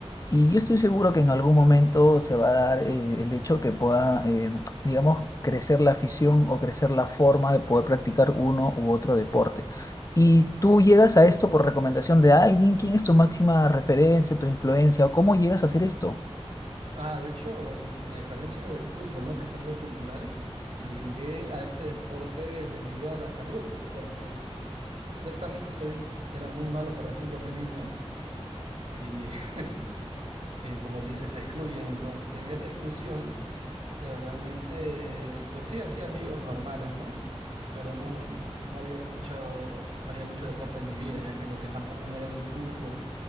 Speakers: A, on the left; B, on the right.
A: y yo estoy seguro que en algún momento se va a dar eh, el hecho que pueda, eh, digamos, crecer la afición o crecer la forma de poder practicar uno u otro deporte. ¿Y tú llegas a esto por recomendación de alguien? ¿Quién es tu máxima referencia, tu influencia o cómo llegas a hacer esto?
B: Ah, de hecho, a diferencia del fútbol, ¿no? Que es algo cultural, llegué a este deporte debido a la salud, porque ciertamente soy, era muy malo para el fútbol de niño. Y <laughs> Y como dices, se excluyen. Entonces, en esa exclusión, eh, realmente, pues sí, hacía amigos normales, ¿no? Pero no, no había mucho, no había mucho deporte en mi vida, ya que lo que más común era el fútbol.